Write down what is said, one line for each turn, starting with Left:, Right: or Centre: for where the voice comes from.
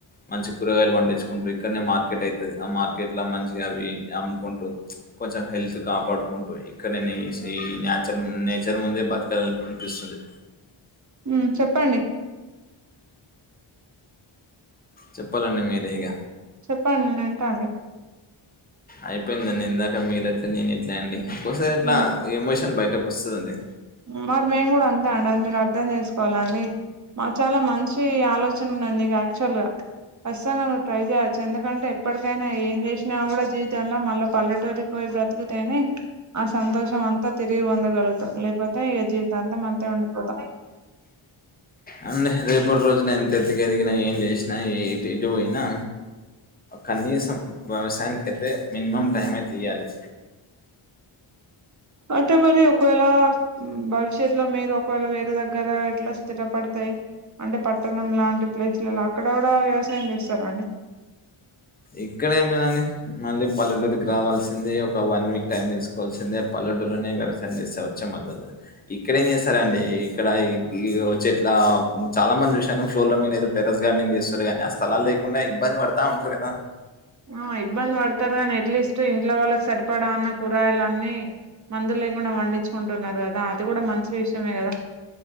Left: మంచిగా కూరగాయలు పండించుకుంటు ఇక్కడనే మార్కెట్ అయితాది ఆ మార్కెట్ లో మంచిగా అవి అమ్ముకుంటూ కొంచెం హెల్త్ కాపాడుకొ ఇక్కడనే ఈ న్యాచర్ నేచర్ ముందే బతకాలి అనిపిస్తుంది
Right: మ్మ్ చెప్పండి
Left: చెప్పాలండి మీరే ఇగ
Right: చెప్పండి నేను వింటా అండి
Left: అయిపోయింద ఇందాక మీరు అట్లే నేను ఇట్లా అండి ఒక్కసారి అట్లా
Right: మ్మ్
Left: ఎమోషన్ బయటకి వస్తుందండి
Right: మరి మేము కూడా అంతే అండి అది మీరు అర్ధం చేసుకోవాలండి మాకు చాలా మంచి కి ఆలోచన ఉన్నది యాక్చువల్ గా వస్తాను నువ్వు ట్రై చేయచ్చు ఎందుకంటే ఎప్పటికైనా ఏం చేసినా కూడా జీవితంలో మళ్ళీ పల్లెటూరి పోయి బ్రతుకుతేనే ఆ సంతోషం అంతా తిరిగి పొందగలుగుతాం లేకపోతే ఈ జీవితం అంతా అంతే ఉండిపోతాం
Left: అండి రేపటి రోజున ఎంత ఎత్తుకు ఎదిగినా ఏం చేసినా ఇటు పోయినా కనీసం వ్యవసాయానికి అయితే మినిమం టైం అయితే ఇయ్యాలి
Right: అంటే మరి ఒకవేళ ఉ భవిష్యత్తులో మీరు ఒకవేళ వేరే దగ్గర ఇట్లా స్థిరపడితే అంటే పట్టణం లాంటి ప్లేసులలో అక్కడ కూడా వ్యవసాయం చేస్తారా అండి
Left: ఇక్కడ ఏం లేదని మళ్ళీ పల్లెటూరికి రావాల్సిందే ఒక వన్ వీక్ టైం తీసుకోవాలి వలసిందే పల్లెటూరు లోనే వ్యవసయం చేస్తే వచ్చా మళ్ళీ ఇక్కడేం చేస్తారండి ఇక్కడ నీతో చెట్ల చాలా మంది చూశాను షోల్డర్ మీద టెర్రేస్ గార్డనింగ్ చేస్తారు కానీ ఆ స్థలాలు లేకుండా ఇబ్బంది పడతా ఉంటారు కదా
Right: ఆ ఇబ్బంది పడతారు కానీ ఎట్లీస్ట్ ఇంట్లో వాళ్ళకి సరిపడా అన్న కూరయలన్నీ మందులు లేకుండా పండించుకుంటున్నారు కదా అది కూడా మంచి విషయమే కదా